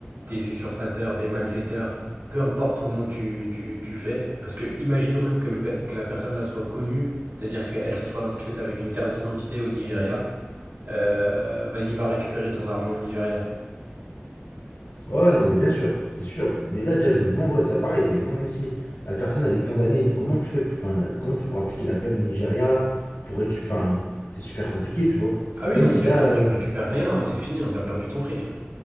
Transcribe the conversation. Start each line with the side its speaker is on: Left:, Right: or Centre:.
Right: des usurpateurs, des malfaiteurs, peu importe comment tu tu tu fais. Parce que imaginons même que le pe que la personne là soit connue, c'est-à-dire qu'elle se soit inscrite avec une carte d'identité au Nigeria. Heu, vas-y, va récupérer ton argent au Nigeria, quoi.
Left: Ouais, ouais, non, mais bien sûr, c'est sûr. Mais là, déjà, je me demande, ouais, c'est pareil. Je me demande même si la personne, elle est condamnée et tout. Comment tu fais, enfin, comment tu pourras appliquer la peine au Nigeria pour récupérer. Enfin, c'est super compliqué, tu vois.
Right: Ah oui,
Left: Même
Right: non,
Left: si
Right: mais tu
Left: là,
Right: ré
Left: euh,
Right: tu récupères rien, hein, c'est fini, hein, tu perdu ton fric, hein.